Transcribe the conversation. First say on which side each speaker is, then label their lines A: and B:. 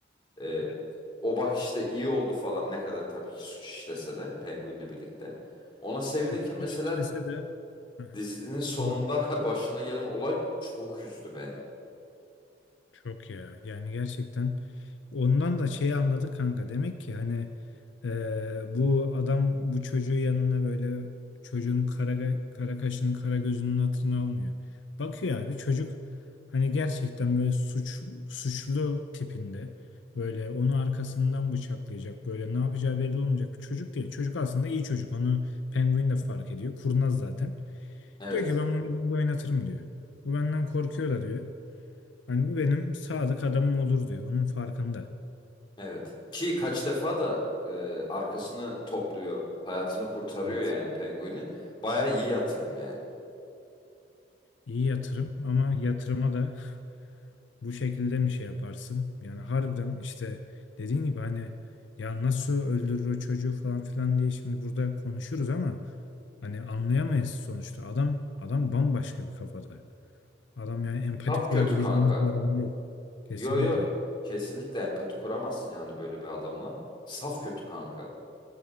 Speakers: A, on the left (about 25°); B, on the left (about 85°).
A: Ee,
B: Evet.
A: o bak işte iyi oldu falan ne kadar tabii ki suç işlese de Penguin'le birlikte. Ona sevinirken
B: Evet.
A: mesela
B: Suç işlese de Hı
A: dizinin sonunda
B: hı.
A: <laughs> başına gelen olay çok üzdü beni.
B: Çok ya. Yani gerçekten ondan da şeyi anladık kanka. Demek ki hani e, bu adam bu çocuğu yanına böyle çocuğun kara, kara kaşının kara gözünün hatırını almıyor. Bakıyor abi çocuk hani gerçekten böyle suç, suçlu tipinde böyle onu arkasından bıçaklayacak böyle ne yapacağı belli olmayacak bir çocuk değil. Çocuk aslında iyi çocuk. Onu penguin de fark ediyor. Kurnaz zaten.
A: Evet,
B: Diyor ki ben bunu elimde oynatırım diyor. Bu benden korkuyor da diyor. Hani bu benim sadık adamım olur diyor. Onun farkında.
A: evet. Ki kaç defa da e, arkasını topluyor, hayatını kurtarıyor
B: Evet.
A: yani Penguin'i. Baya iyi yatırım yani.
B: İyi yatırım ama yatırıma da bu şekilde mi şey yaparsın? Yani harbiden işte dediğin gibi hani ya nasıl öldürür o çocuğu falan filan diye şimdi burada konuşuruz ama hani anlayamayız sonuçta. Adam adam bambaşka bir kafada. Adam yani empati
A: Saf
B: kurabileceğimiz
A: kötü kanka.
B: bir adam değil. Kesinlikle.
A: Yo yo kesinlikle empati kuramazsın yani böyle bir adamla. Saf kötü kanka.